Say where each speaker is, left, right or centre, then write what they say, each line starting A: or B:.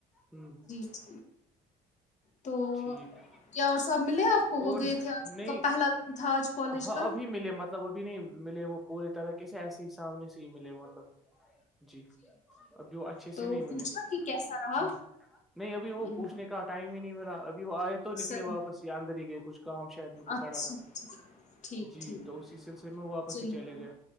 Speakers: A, in the centre; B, on the left (about 45°).
A: ہوں
B: ج تو
A: ٹھیک
B: کیا اورور صاحب ملے آپ <unintelligible> وہ
A: اور
B: گئے تھے آج
A: نہیں
B: کا پہلا تھا آج کالج
A: ہاں
B: کا
A: ابھی ملے مطلب ابھی نہیں ملے وہ پورے طرح کیسے ایسے ہی سامنے سے ہی ملے مطلب جی ابھی وہ اچھے سے
B: تو
A: نہیں ملے
B: پوچھنا کہ کیسا رہا
A: جی نہیں ابھی وہ
B: ہم،
A: پوچھنے کا ٹائم ہی نہیں ملا ابھی وہ آئے تو نکلے
B: سر
A: واپس اندر ہی گئے کچھ کام شاید ج کو
B: اچھا
A: پڑا تھا
B: ٹھیک ٹھیک
A: جی
B: ٹھیک
A: تو اسی سلسلے میں وہ واپس
B: چلیے
A: ہی چلے گئے